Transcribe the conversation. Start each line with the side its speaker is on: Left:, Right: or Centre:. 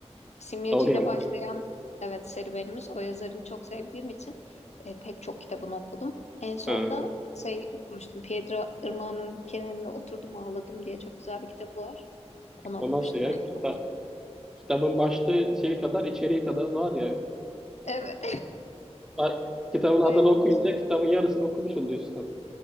Left: Simyacı
Centre: Doğru
Left: ile
Centre: yani.
Left: başlayan evet serüvenimiz o yazarını çok sevdiğim için e, pek çok kitabını okudum. En sonda
Centre: Ha,
Left: şey okumuştum. Pedro Irmağı'nın kenarında oturdum ağladım diye çok güzel bir kitabı var. Onu
Centre: o
Left: okumuştum
Centre: nasıl ya?
Left: en
Centre: Kita-
Left: son.
Centre: kitabın başlığı şey kadar, içeriği kadar var yani.
Left: Evet.
Centre: Ha, Kitabın adını
Left: <laughs> Bayağı
Centre: okuyunca
Left: uzun.
Centre: kitabın yarısını okumuş oluyorsun.